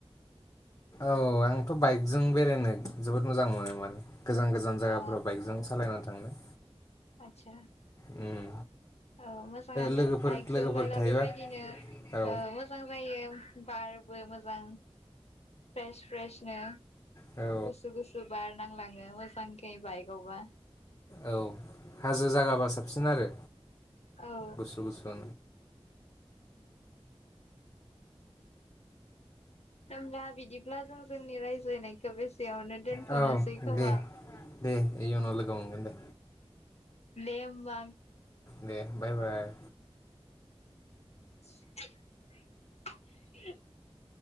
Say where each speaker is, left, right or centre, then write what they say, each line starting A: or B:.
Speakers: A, on the left (about 35°); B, on the left (about 85°).
A: औ आंथ' बाइकजों बेरायनो जोबोद मोजां मोनो मोन गोजान गोजान जायगाफोराव
B: अ
A: बाइकजों सालायना थांनो
B: आतसा
A: उम
B: औ मोजाङानो
A: लोगोफोर
B: बाइकजोंबोला
A: लोगोफोर थायोबा
B: बेबायदिनो ओ
A: औ
B: मोजां जायो बारबो मोजां फ्रेस फ्रेशनो
A: औ
B: गुसु गुसु बार नांलाङो मोजांखे बाइकआवबा
A: औ हाजो जागाबा साबसिन आरो
B: औ
A: गुसु गुसु
B: होमब्ला बिदिब्ला जों जोंनि रायज्लायनायखौ बेसे यावनो दोनथ'नोसै
A: औ
B: खोमा
A: दे दे इयुनाव लोगो मोनगोन दे
B: दे होमबा
A: दे बाय बाय
B: <inaudible> <inaudible>